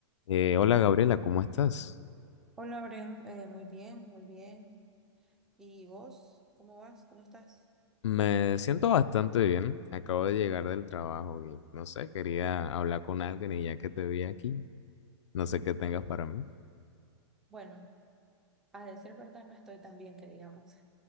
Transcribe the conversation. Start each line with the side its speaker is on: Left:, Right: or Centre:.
Left: Eh, hola Gabriela, ¿cómo estás?
Centre: Hola, Bren, eh, muy bien, muy bien. ¿Y vos? ¿Cómo vas? ¿Cómo estás?
Left: Me siento bastante bien. Acabo de llegar del trabajo y no sé, quería hablar con alguien y ya que te vi aquí, no sé qué tengas
Centre: Eh,
Left: para mí.
Centre: bueno, a decir verdad, no estoy tan bien que digamos.